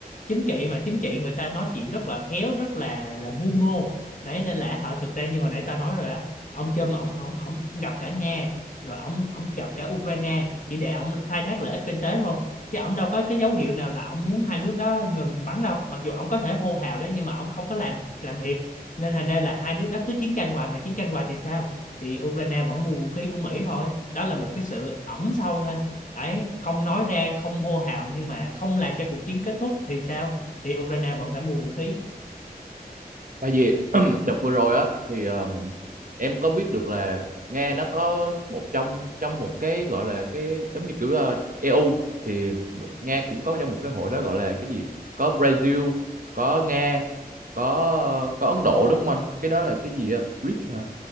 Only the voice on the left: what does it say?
chính trị mà chính trị người ta nói chuyện rất là khéo rất là là mưu mô đấy nên là họ thực ra như hồi nãy tao nói rồi á ông Trump ông ông ông gặp cả Nga rồi ông ông gặp cả Ukraine chỉ để ông khai thác lợi ích kinh tế thôi chứ ông đâu có cái dấu hiệu nào là ông muốn hai nước đó ngừng bắn đâu mặc dù ông có thể hô hào đó nhưng mà ông không có làm làm thiệt nên thành ra là hai nước đó cứ chiến tranh hoài mà chiến tranh hoài thì sao thì Ukraine vẫn mua vũ khí của Mỹ thôi đó là một cái sự ẩn sâu thôi đấy không nói ra không hô hào nhưng mà không làm cho cuộc chiến kết thúc thì sao thì Ukraine vẫn phải mua vũ khí